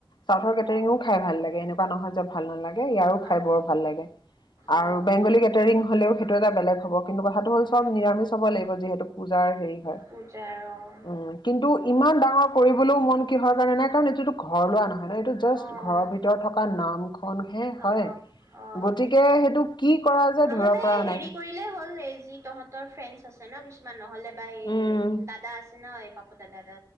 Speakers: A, on the left; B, on the right.
A: চাউথৰ কেটেৰিঙও
B: অ',
A: খাই ভাল লাগে এনেকু, কুৱা নহয় যে ভাল নালাগে ইয়াৰো খাই
B: অ',
A: বৰ ভাল লাগে
B: অ',
A: আৰু বেংগলী কে কেটেংৰিঙ হলেও সেইটো এটা বেলেগ হব কিন্তু কথাটো হল
B: অ',
A: চব নিৰামিষ হব লাগিব যিহেতু পূজাৰ হেৰি হয়
B: পুজাৰ অ'
A: উম কিন্তু ইমান ডাঙৰ কৰিবলৈও মন কিহৰ কাৰণে নাই এইটোটো ঘৰ লোৱা নহয় নহয় এইটো জাষ্ট
B: অ',
A: ঘৰৰ ভিতৰত, থকা নাম খনহে হয়
B: অ', অ',
A: গতিকে সেইটো কি কৰা, যায়
B: নহলে
A: ধৰিব পৰা
B: হেৰি
A: নাই
B: কৰি, হল এই যি তহঁতৰ ফেনচ আছে ন কিছুমান নহলে বা এই
A: উম,
B: দাদা আছে ন এই পাপ অ', দাদা দা,